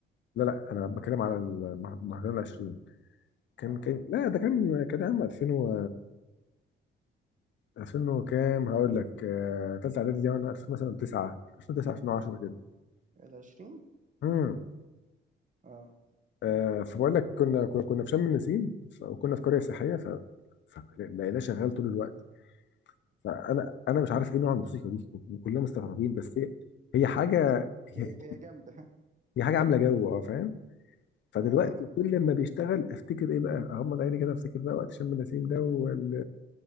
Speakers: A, on the left; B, on the right.
A: لا لا انا بتكلم على المه- مهرجان ال 20 كان
B: اه
A: كان لا ده كان كان عام 2000 و 2000 وكام هقول لك آه، تالتة اعدادي دي وانا 2000 مثلا 9 2009 2010 كده
B: ال 20
A: امم
B: اه
A: آه فبقول لك كنا كنا كنا في شم النسيم ف- وكنا في قريه سياحيه ف فلقيناه شغال طول الوقت فانا انا مش عارف ايه نوع الموسيقى دي وكلنا مستغربين بس هي هي حاجه هي
B: هي هي جامده <laughs>
A: دي حاجه عامله جو اه فاهم فدلوقتي
B: اه
A: كل ما بيشتغل افتكر ايه بقى اغمض عيني كده افتكر بقى وقت شم نسيم ده وال...